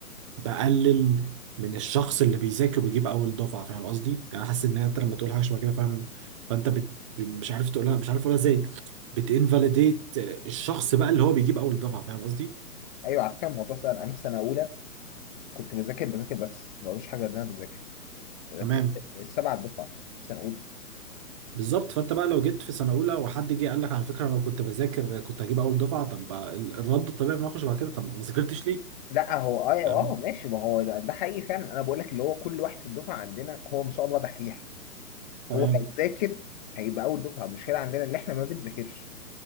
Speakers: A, on the right; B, on the left.
A: بقلل من الشخص اللي بيذاكر ويجيب اول دفعة فاهم قصدي يعني أنا حاسس ان انت لما تقول حاجة شبه كده فاهم فانت بت... مش عارف تقولها مش عارف اقولها ازاي بتinvalidate الشخص بقى اللي هو بيجيب اول دفعه فاهم قصدي؟
B: ايوه على فكره الموضوع سهل انا في سنه اولى كنت بذاكر بذاكر بس ما بعملش حاجه غير ان انا بذاكر رتبت
A: تمام
B: السبع دفعه سنه اولى
A: بالظبط فانت بقى لو جيت في سنه اولى وحد جه قال لك على فكره انا لو كنت بذاكر كنت هجيب اول دفعه طب ال- الرد الطبيعي في موقف شبه كده طب ما ذاكرتش ليه؟
B: لا هو اه
A: فاهم؟
B: اه ماشي ما هو ده, ده حقيقي فعلا انا بقول لك اللي هو كل واحد في الدفعه عندنا هو ما شاء الله دحيح
A: تمام
B: هو لو ذاكر هيبقى اول دفعه المشكله عندنا اللي احنا ما بنذاكرش